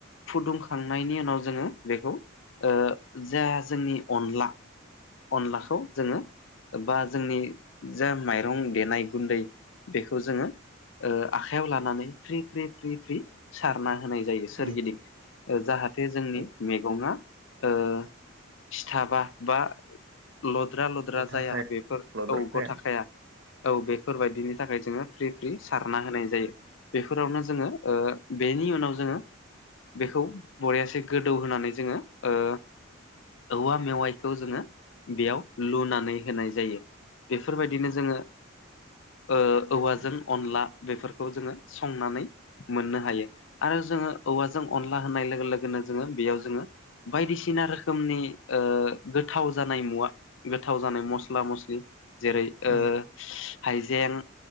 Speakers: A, on the left (about 65°); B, on the right (about 65°).
A: फुदुंखांनायनि उनाव जोङो बेखौ ओ जा जोंनि अनला-अनलाखौ जोङो बा जोंनि जा माइरं देनाय गुन्दै बेखौ जोङो ओ आखाइयाव लानानै फ्रि-फ्रि-फ्रि-फ्रि सारना होनाय जायो सोरगिदिं।
B: उम
A: ओ जाहाथे जोंनि
B: औ
A: मैगङा ओ सिथाबा बा लद्रा-लद्रा
B: गथाखाया
A: जाया बेफोर
B: लद्राखाया
A: औ गथाखाया औ बेफोरबायदिनि थाखाय जोङो फ्रि-फ्रि सारना होनाय जायो। बेफोरावनो जोङो ओ बेनि उनाव जोङो बेखौ बरियासे गोद गोदौ होनानै जोङो ओ औवा मेवाइखौ जोङो बेयाव लुनानै होनाय जायो। बेफोरबायदिनो जोङो ओ औवाजों
B: उम
A: अनला बेफोरखौ जोङो संनानै मोननो हायो आरो जोङो औवाजों अनला होनाय लोगो-लोगोनो जोङो बेयाव जोङो बायदिसिना रोखोमनि ओ गोथाव जानाय मुवा गोथाव जानाय मस्ला मस्लि। जेरै- ओ
B: उम
A: हाइजें